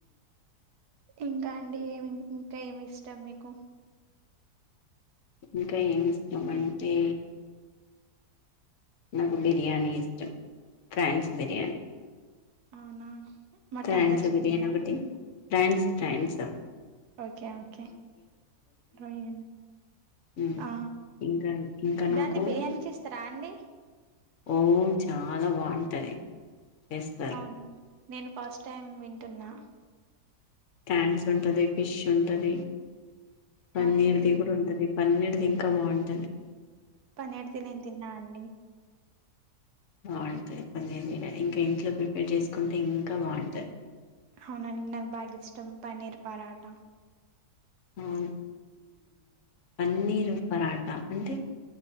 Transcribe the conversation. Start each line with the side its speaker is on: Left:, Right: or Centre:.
Right: ఇంకా అండి ఏమి ఇంకా ఏమి ఇష్టం మీకు.
Left: ఇంకా ఏమి ఇస్తామంటే నాకు బిర్యానీ ఇష్టం. ఫ్రాన్స్ బిర్యానీ
Right: అవునా మటన్దా
Left: ఫ్రాన్స్
Right: చికెన్దా
Left: బిర్యానీ ఒకటి ఫ్రాన్స్ ఫ్రాన్స్
Right: ఓకే ఓకే రొయ్యలు
Left: ఉమ్,
Right: ఆ
Left: ఇంకా ఇంకా
Right: దాన్ని
Left: నాకు
Right: బిర్యానీ చేస్తారా అండి.
Left: ఓ చాలా బాగుంటది. చేస్తారు
Right: అవునా నేను ఫస్ట్ టైం వింటున్నా.
Left: క్యాంస్ ఉంటది, ఫిష్ ఉంటది. పన్నీర్ది
Right: ఓకే
Left: కూడా ఉంటది. పన్నీర్ ది ఇంకా బాగుంటుంది.
Right: పన్నీర్ ది నేను తిన్నా అండి.
Left: బాగుంటాయి పన్నీర్ బిర్యానీ ఇంకా ఇంట్లో ప్రిపేర్ చేసుకుంటే ఇంకా బాగుంటది.
Right: అవునా అండి నాకు బా ఇష్టం పన్నీర్ పరాట
Left: అవును పన్నీరు పరాట అంటే